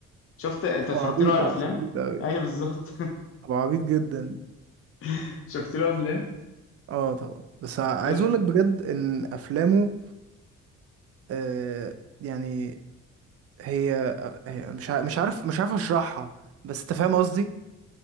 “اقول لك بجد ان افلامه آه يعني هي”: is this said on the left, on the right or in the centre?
Right